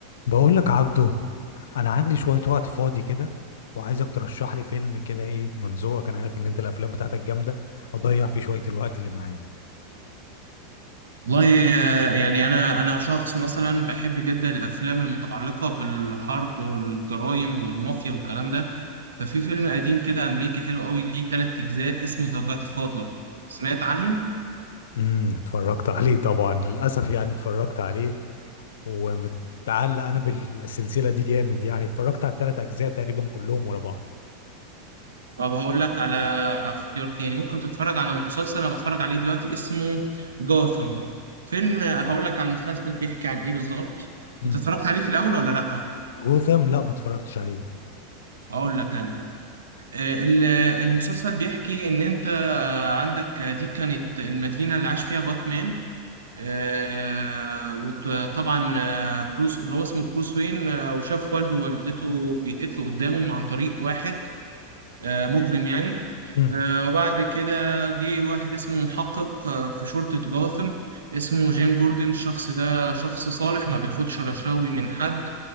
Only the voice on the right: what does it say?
والله آه، يعني انا انا شخص مثلا بحب جدا الافلام المتعلقه بالحرب والجرائم والمافيا والكلام ده ففي فيلم قديم كده امريكي حلو قوي ليه ثلاث اجزاء اسمه ذا جاد فاذر سمعت عنه
طب هقول لك على اختيار تاني ممكن تتفرج على مسلسل انا بتفرج عليه دلوقتي اسمه جوثم فيلم هقول لك على المسلسل بيحكي عن ايه بالظبط
انت اتفرجت عليه في الاول ولا لا
هقول لك انا آه، ال- المسلسل بيحكي إن أنت آه، عندك آه، دي كانت المدينة اللي عاش فيها باتمان آه، وطبعا آه، بروس اللي هو اسمه بروس وين آه، وشاف والده ووالدته بيتقتلوا قدامه عن طريق واحد آه، مجرم يعني
آه، وبعد كده جه واحد اسمه محقق آه، في شرطة جاثم اسمه جيم جوردن الشخص ده شخص صالح ما بياخدش رشاوي من حد